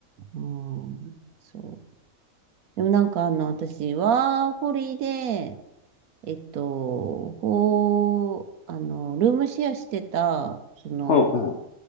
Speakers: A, on the right; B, on the left.
A: うん、そう。でもなんかあの、私、ワーホリで、えっと、ほう、あの、ルームシェアしてた、その、
B: はあうん。